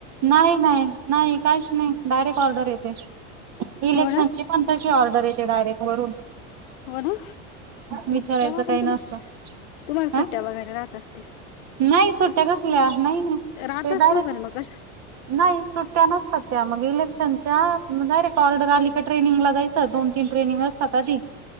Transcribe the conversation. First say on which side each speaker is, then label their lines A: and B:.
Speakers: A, on the right; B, on the left.
A: नाही नाही नाही काहीच नाही डायरेक्ट ऑर्डर येते इलेक्शनची.
B: हो ना
A: कंप्लशी ऑर्डर येते डायरेटवरून.
B: हो ना
A: विचारायचं
B: मग तेव्हा
A: काही
B: पण
A: नसतं
B: त म तुम्हाला
A: हा
B: सुट्ट्या वगैरे राहत असतील.
A: नाही सुट्ट्या कसल्या नाही ते
B: राहतच
A: डायरेक्ट
B: नसेल मग कसं
A: नाही सुट्ट्या नसतात त्या मग इलेक्शनच्या म डायरेक्ट ऑर्डर आली का ट्रेनिंगला जायच य दोन तीन ट्रेनिंग असतात अधी